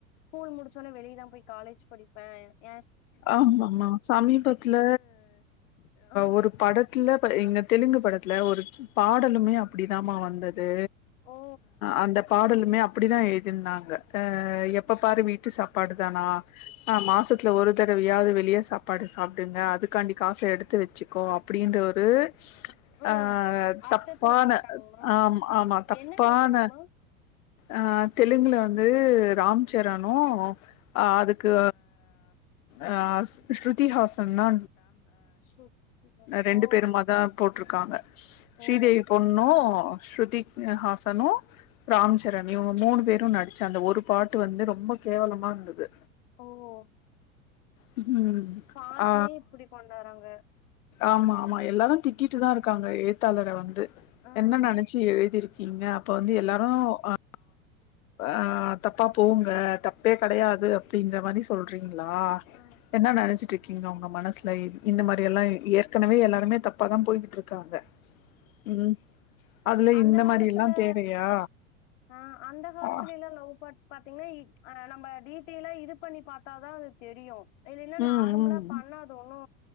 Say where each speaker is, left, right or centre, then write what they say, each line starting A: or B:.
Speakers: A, on the left (about 60°); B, on the left (about 75°).
A: ஸ்கூல் முடிச்சவுனே வெளியேதா போய் காலேஜ் படிப்பே எ
B: ஆமா ஆமா சமீபத்துல
A: ஆ
B: ஒரு படத் த்துல எங்க தெலுங்கு படத்துல ஒரு பாடலுமே அப்டிதாம்மா வந்தது
A: ஓ
B: அந்த பாடலுமே அப்டிதா எழுதிருந்தாங்க எப்ப பாரு வீட்டு சாப்பாடு தானா ஆ மாசத்துல ஒரு தரவயாது வெளிய சாப்பாடு சாப்புடுங்க அதுக்காண்டி காச எடுத்து வச்சுக்கோ அப்டின்ற ஒரு
A: ஓ
B: ஆ
A: அர்த்தத்துல
B: தப்பான
A: பாட்டாங்மா
B: ஆம் ஆமா தப்பான
A: என்ன பாட்டுங்மா
B: அ தெலுங்ல வந்து ராம் சரணு அ அதுக்கு ஆ ஸ்ருதிஹாசன்னு
A: ஸ்ருதி ஹாசன்
B: ரெண்டு
A: ஓ
B: பேருமாதா போட்ருக்காங்க
A: ஓ
B: ஸ்ரீதேவி
A: சேரி
B: பொண்ணு
A: சேரி
B: ஸ்ருதிஹாசனு ராம்ச் சரணு இவுங்க மூணு பேரு நடிச்ச அந்த ஒரு பாட்டு வந்து ரொம்ப கேவலமா இருந்தது
A: ஓஹ்
B: ம்
A: பாட்லயே
B: ஆ
A: இப்டி கொண்டு வராங்க
B: ஆமா ஆமா எல்லாரு திட்டிட்டுதா இருக்காங்க எழுத்தாளர வந்து
A: ஆ
B: என்ன நெனச்சு எழுதிருக் கீங்க அப்ப வந்து எல்லாரு ஆ ஆ தப்பா போங்க தப்பே கிடையாது அப்டின்ற மாரி சொல்றீங்ளா
A: ஆ
B: என்ன நெனச்சிட்டு இருக் க்கீங்க உங்க மனசுல இந்த மாரி எல்லா ஏற்கனவே எல்லாருமே தப்பாதா போய்கிட்டு இருக்காங்க ம் அதுல
A: அந்த
B: இந்த
A: காலத்துல
B: மாரி எல்லா தேவையா
A: ஆ அந்த காலத்துலல்லா
B: ஆ
A: லவ் பாட் பாத்தீங்கன்னா ஆ நம்ம டீட்டெய்லா இது பண்ணி பாத்தாதா அது தெரியு இல்லன்னா
B: ம்
A: நார்மலா
B: ம்
A: பண்ணா அது ஒன்னு